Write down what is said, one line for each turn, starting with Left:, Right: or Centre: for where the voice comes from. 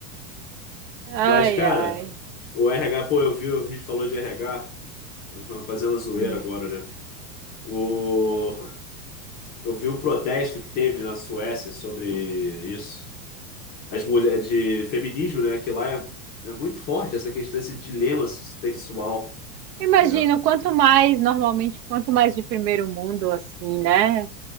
Left: Mas,
Right: Ai,
Left: cara,
Right: ai.
Left: o RH, pô, eu vi, a gente falou de RH, eu vou fazer uma zoeira
Right: Hum.
Left: agora, né? O Eu vi um protesto que teve na Suécia sobre isso. As mulheres de feminismo, né? Que lá é, é muito forte essa questão, esse dilema sexual.
Right: Imagino,
Left: É.
Right: quanto mais, normalmente, quanto mais de primeiro mundo, assim, né,